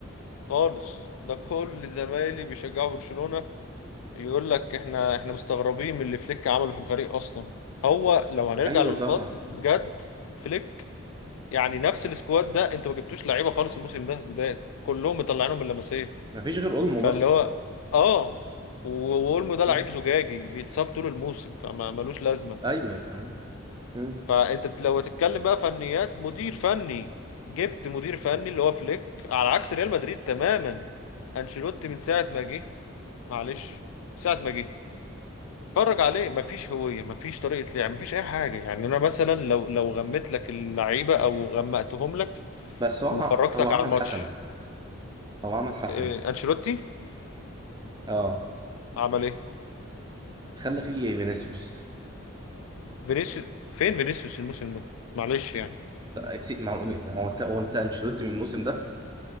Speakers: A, on the left; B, on the right.
A: خالص ده كل زمايلي بيشجعوا برشلونة يقول لك احنا احنا مستغربين من اللي فليك عمله في الفريق اصلا هو لو هنرجع
B: ايوه
A: للفضل
B: طبعا
A: بجد فليك يعني نفس السكواد ده انتوا ما جبتوش لعيبه خالص الموسم ده جداد كلهم مطلعينهم من لمسيه
B: ما فيش غير اولمو
A: فاللي
B: بس
A: هو اه و- واولمو ده لعيب
B: مم.
A: زجاجي بيتصاب طول الموسم فما ملوش لازمه
B: ايوه مم.
A: فانت لو هتتكلم بقى فنيات مدير فني جبت مدير فني اللي هو فليك على عكس ريال مدريد تماما انشيلوتي من ساعه ما جه معلش ساعه ما جه اتفرج عليه مفيش هوية مفيش طريقة لعب مفيش أي حاجة يعني أنا مثلا لو لو غميت لك اللعيبة أو غمقتهم لك
B: بس هو
A: وفرجتك
B: ع- هو عمل
A: على الماتش
B: حسنه هو عمل حسنه
A: آه، أنشيلوتي
B: اه
A: عمل إيه؟
B: خلى فيه فينيسيوس
A: فينيسيوس فين فينيسيوس الموسم ده؟ معلش يعني
B: لا، اتس- ما هو ما هو انت هو انت انشيلوتي من الموسم ده